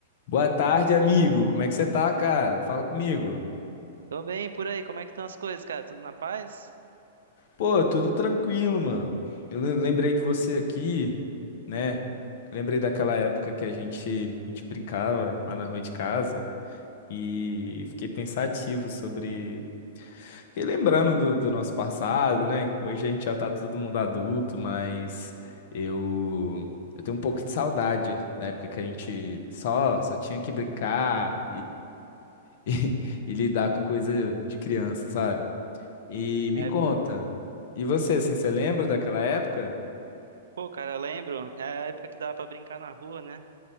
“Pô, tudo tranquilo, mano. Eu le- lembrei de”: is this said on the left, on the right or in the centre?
Left